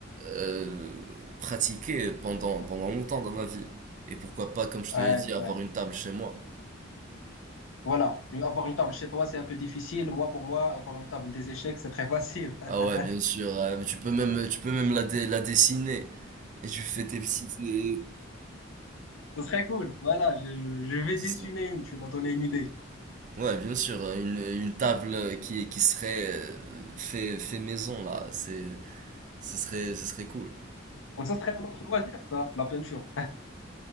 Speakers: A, on the right; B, on the left.
A: euh, pratiquer pendant, pendant longtemps dans ma vie. Et pourquoi pas, comme je
B: ouais,
A: te l'ai dit, avoir
B: ouais.
A: une table chez moi.
B: Voilà, Et avoir une table chez toi, c'est un peu difficile. Moi, pour moi, avoir une table des échecs, c'est très facile. <laughs>
A: Ah ouais, bien sûr. euh, mais tu peux même, tu peux même la, dé- la dessiner. Et tu fais tes petites... euh,
B: Ce serait cool. Voilà, je je vais
A: c'est
B: dessiner
A: ça.
B: une. Tu m'as donné une idée.
A: Ouais, bien sûr. euh, Une, une table qui, qui serait euh, fait, fait maison, là. C'est, ce serait, ce serait cool.
B: Bon, ça serait un autre loisir, ça, la peinture.